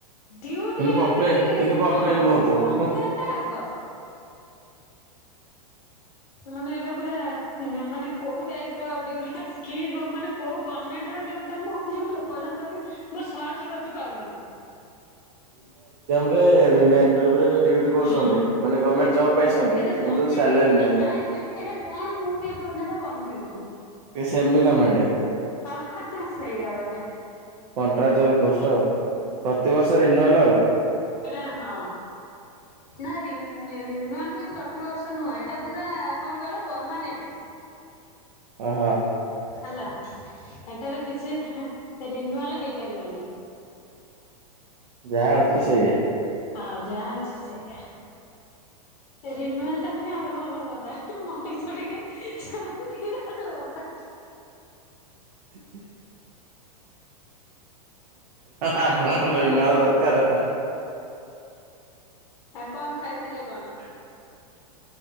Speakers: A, on the left (about 75°); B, on the right (about 80°).
A: ଡ୍ୟୁଟି
B: କିନ୍ତୁ
A: ଆଡେ
B: କପ୍ଲେ
A: ଯଦି
B: କିନ୍ତୁ କମ୍ପ୍ଲେନ
A: ହଁ
B: ବହୁତ
A: କଣ କମ୍ପ୍ଲେନ
B: ହୁଁ।
A: ଟା ଆଗ। ମାନେ ଏଇଟା ପୁରା ମାନେ କୋଉ ଟାଇପର ଡିଉଟି କି ମାନେ କୋଉ ଗଭର୍ଣ୍ଣମେଣ୍ଟର ଡିଉଟି ଟା ମୁଁ ଯଉ ଏପର୍ଯ୍ଯନ୍ତବି ମୁଁ ସର୍ଚ୍ଚ କରୁଚି ପାଉନି।
B: ଏବେ ବିନା ଇଣ୍ଟର୍ଭ୍ୟୁ ରେ ଡିଉଟି କରୁଛନ୍ତି
A: ହଁ।
B: ମାନେ ଗଣ୍ଣମେଣ୍ଟ ଜବ ପାଇଛନ୍ତି
A: ଏଟା
B: କିନ୍ତୁ
A: ଗଭର୍ଣ୍ଣମେଣ୍ଟ
B: ସାଲାରୀ
A: କି
B: ନାହିଁ।
A: ପ୍ରାଇଭେଟ ଏଇଟା କଣ ମୁଁ ବି ଏପର୍ଯ୍ଯନ୍ତ କନଫୁଜ।
B: ଇଏ ସେମି ଗମେଣ୍ଡ।
A: ହ ସେଇଆ ବୋଧେ।
B: କଣ୍ଟ୍ରାକ୍ଚୁଆଲ ପୋଷ୍ଟ ଆଉ ପ୍ରତିବର୍ଷ ରିନୁଆଲ ଆଉ।
A: ଏଇଟା ହଁ। ନା ରିନୁଆଲ ବି ପ୍ରତିବର୍ଷ ନୁହଁ ଏଇଟା ପୁରା କଣ କହିଲ ପରମାନେଣ୍ଟେ।
B: ଓହୋ।
A: ହେଲା ଏଟାର କିଛି ରିନୁଆଲ ହେଇପାରିବନି।
B: ଯାହା ଅଛି
A: ହ
B: ସେଇଆ।
A: ହଁ ଯାହା ଅଛି ସେଇଆ। ରିନୁଆଲ ଟା ହେଲେ ଆହୁରି ଭଲ ହୁଅନ୍ତା ମଣିଛ ଟିକେ ଶାନ୍ତିରେ ରୁହନ୍ତା।
B: <inaudible> ଆପଣଙ୍କୁ
A: ଆଉ କଣ ଖାଇ
B: ରିନୁଆଲ୍ ଦରକାର।
A: ଆଉ କଣ ଖାଇଥିଲେ କଣ?
B: <inaudible>